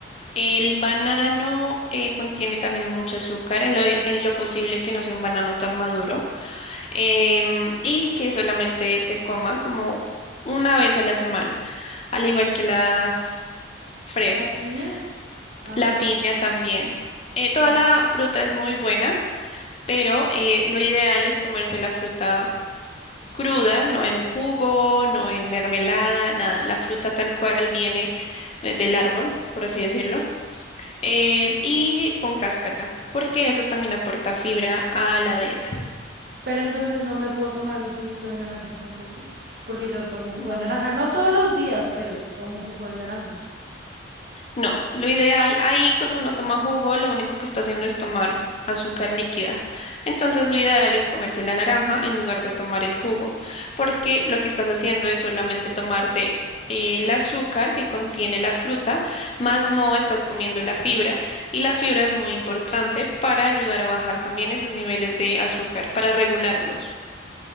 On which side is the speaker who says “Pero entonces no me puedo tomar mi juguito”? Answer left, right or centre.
Right